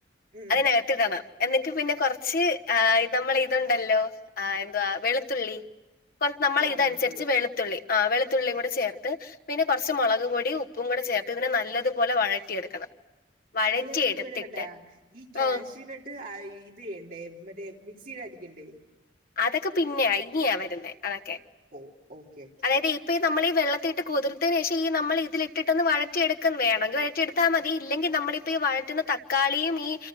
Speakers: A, on the right; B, on the left.
A: ഉം
B: അതിനകത്ത് ഇടണം എന്നിട്ട് പിന്നെ കുറച്ച് ആ ഇ നമ്മളിതുണ്ടല്ലോ ആ എന്തുവാ വെളുത്തുള്ളി കൊർ നമ്മളെ
A: ആ
B: ഇതൻസരിച്ച്
A: വെളുത്തുള്ളി
B: വെളു ത്തുള്ളി ആ വെളുത്തുള്ളീം കൂടെ ചേർത്ത് പിന്നെ കൊർച്ച് മൊളക് പൊടി ഉപ്പും കൂടെ ചേർത്ത് ഇതിനെ നല്ലതു പോലെ വഴറ്റിയെടുക്കണം. വഴറ്റിയെടുത്തിട്ട്
A: അല്ലെ <unintelligible> ഈ കാഷ്യുവിനെട്ട്
B: ആ
A: ഇത് ചെയ്യണ്ടേ മറ്റേ മിക്സിയിൽ അടിക്കണ്ടേ
B: അതൊക്കെ പിന്നെയാ ഇനിയാ വരുന്നേ അതൊക്കെ
A: ഓ ഓക്കെ ക്കേ
B: തായത് ഇപ്പൊ നമ്മളീ വെള്ളത്തിലിട്ട് കുതിർത്തയിനേഷം ഈ നമ്മള് ഇതിലിട്ട്ട്ടൊന്ന് വഴറ്റിയെട്ക്കെം വേണം. <unintelligible> ഇട്ടാ മതി ഇല്ലെങ്കി നമ്മളിപ്പോ ഈ വഴറ്റുന്ന തക്കാളിയും ഈ